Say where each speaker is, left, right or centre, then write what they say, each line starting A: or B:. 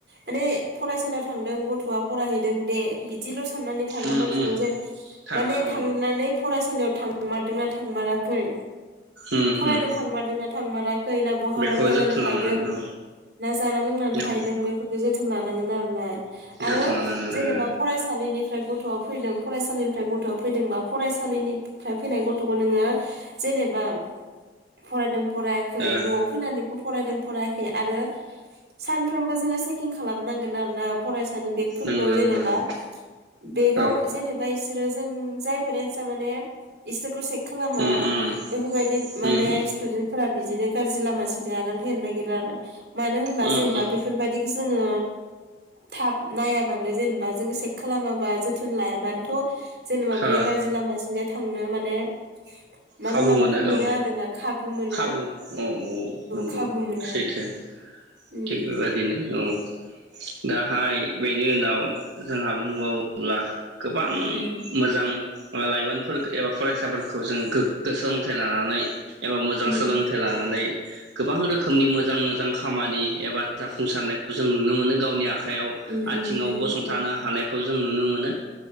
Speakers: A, on the right; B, on the right.
A: माने फरायसालियाव थांदों गथ'आ फरायहैदों दे बिदिल' स साननानै थाग्रा
B: उम
A: मानसि
B: उम
A: <unintelligible> जेन
B: थाग्रा
A: माने
B: औ
A: थांनानै फरायसालियाव थांमारदोंना थांमाराखै
B: उम
A: फरायनो
B: उम
A: थांमारदों ना थांमारा खै ना बहाबा
B: बेखौ
A: बेरायना
B: जोथोन
A: थाहैदों
B: लानांगोन औ
A: ना जाना लोंनानै थाहैदों
B: औ
A: बेफोरखौ जो जोथोन लानांगोन आरोना। आरो
B: जोथोन लानांगोन
A: जेनेबा
B: ओ
A: फरायसालिनि फ्राय गथ' फैदों फरायसालिनिफ्राय गथ'आ फैदोंबा फरायसालिनिफ्राय फैनाय गथ'खौ नोङो जेनेबा फरायदों फरायाखै
B: ओ
A: न'आव फैनानै बो फरायदों फरायाखै आरो सानफ्रोमबो जोङो चेकिं खालामनांगोन आरोना फराय सानि बेगफोरखौ
B: नंगौ नंगौ
A: जेनेबा
B: नंगौ
A: बेगाव
B: औ
A: एबा इसोरो जों जाय <unintelligible> माने <unintelligible> खालामा
B: उम उम
A: बेफोरबायदि माने
B: उम उम
A: स्टुदेन्ट फोरा बिदिनो गाज्रि लामाथिंजाय आगान होनो नागिरो आरोना मानो होनबा
B: उम
A: जेनेबा
B: उम
A: बेफोरबायदिखौ जोङो थाब नायाबानो जेनेबा जोङो सेक खालामाबा जोथोन लायाबानोथ' जेनेबा
B: हा
A: बियो गाज्रि लामाथिंजाय थांनो माने माने
B: खाबु
A: माबाखौ
B: मोनो औ
A: आरोना खाबु मोनो
B: खाबु औ औ नंगौ
A: खाबु मोनो
B: सैथो
A: उम
B: थिग बेबदिनो औ दाहाय बे बेनि उनाव जोंहा बुंबावोब्ला गोबां
A: उम
B: मोजां लाइमोनफोरखो बा एबा फरायसाफोरखौ जों गोग गो सोलोंथाइ लानानै एबा मोजां
A: उम
B: सोलोंथाइ लानानै गोबां रोखोमनि मोजां मोजां खामानि एबा जाफुंसारनायखौ जों नुनो मोनो गावनि आख खायाव
A: उम
B: आथिंङाव
A: उम
B: गसंथानो
A: उम
B: हानायखौ जों नुनो मोनो